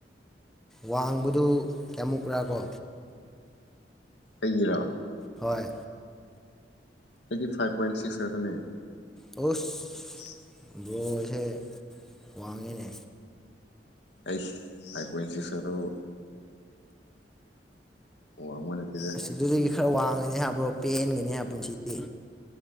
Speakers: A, in the centre; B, on the left (about 85°).
A: ꯋꯥꯡꯕꯗꯨ ꯀꯌꯥꯃꯨꯛꯔꯥ ꯀꯣ
B: ꯑꯩꯒꯤꯔꯣ
A: ꯍꯣꯏ
B: ꯑꯩꯠꯇꯤ ꯐꯥꯏꯚ ꯄꯣꯏꯟ ꯁꯤꯛꯁ ꯍꯥꯏꯒꯅꯦ
A: ꯑꯣꯁ
B: <unintelligible>
A: ꯝꯕ꯭ꯔꯣꯁꯦ ꯋꯥꯡꯉꯤꯅꯦ
B: ꯑꯩꯁ ꯐꯥꯏꯕ ꯄ꯭ꯋꯣꯟ ꯁꯤꯁ ꯈꯠꯇꯕꯨ ꯋꯥꯡꯕ ꯅꯠꯇꯦꯗ
A: ꯑꯁ ꯗꯨꯗꯒꯤ ꯈꯔ ꯋꯥꯡꯉꯅꯤ ꯍꯥꯏꯕ꯭ꯔꯣ ꯄꯦꯟꯒꯅꯤ ꯍꯥꯏꯕ ꯄꯨꯟꯁꯤꯗꯤ